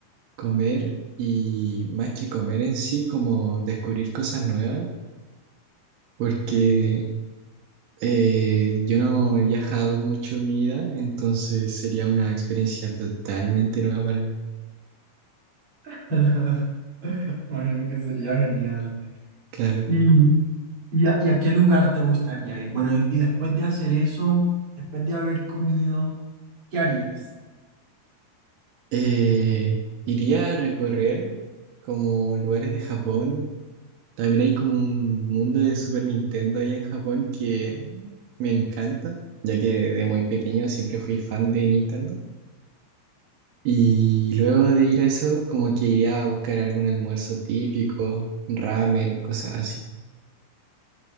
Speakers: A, on the right; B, on the right.
A: comer y más que comer en sí, como descubrir cosas nuevas, porque Eh, yo no he viajado mucho en mi vida, entonces sería una experiencia totalmente nueva para mí.
B: <laughs> Imagino que sería genial.
A: Claro.
B: ¿Y, y a, y a qué lugar te gustaría ir? Bueno, y, y después de hacer eso, después de haber comido, ¿qué harías?
A: Eh, iría a recorrer como lugares de Japón. También hay como un mundo de Super Nintendo allá en Japón que me encanta, ya que de muy pequeño siempre fui fan de Nintendo. Y luego de ir a eso, como que iría a buscar algún almuerzo típico, ramen, cosas así.